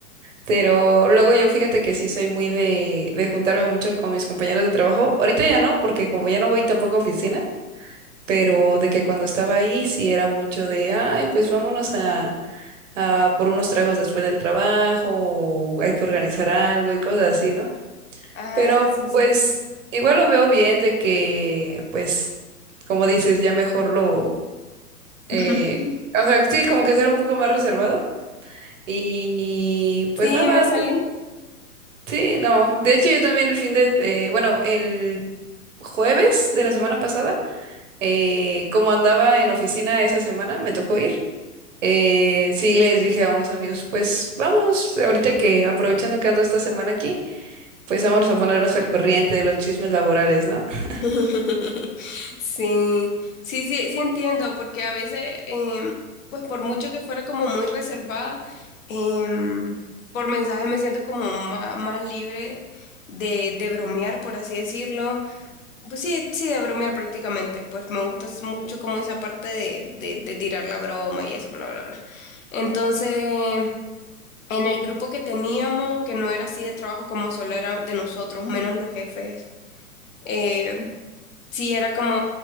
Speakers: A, on the right; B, on the left.
A: pero luego yo fíjate que sí soy muy de, de juntarme mucho con mis compañeros de trabajo. Ahorita ya no, porque como ya no voy tampoco a oficina. pero de que cuando estaba ahí sí era mucho de, ay, pues vámonos a, a por unos tragos después del trabajo, o hay que organizar algo y cosas así, ¿no?
B: Ah,
A: Pero
B: sí, sí.
A: pues igual lo veo bien de que, pues, como dices, ya mejor lo, eh,
B: <laughs>
A: o sea, sí, como que ser un poco más reservado. Y pues
B: Sí,
A: nada,
B: me salí.
A: sí, no. De hecho, yo también el fin de, eh, bueno, el jueves de la semana pasada, eh, como andaba en oficina esa semana, me tocó ir. Eh, sí, les dije a unos amigos, pues vamos, ahorita que aprovechando que ando esta semana aquí, pues vamos a ponernos al corriente de los chismes laborales, ¿no? <laughs>
B: <laughs> Sí, sí, sí, sí entiendo, porque a veces, em, pues por mucho que fuera como muy reservada, em, por mensaje me siento como ma- más, libre de, de bromear, por así decirlo. Pues sí, sí, de bromear prácticamente, pues me gusta s- mucho como esa parte de, de, de tirar la broma y eso, bla, bla, bla. Entonces, en el grupo que teníamos, que no era así de trabajo como solo era de nosotros, menos los jefes. eh, sí era como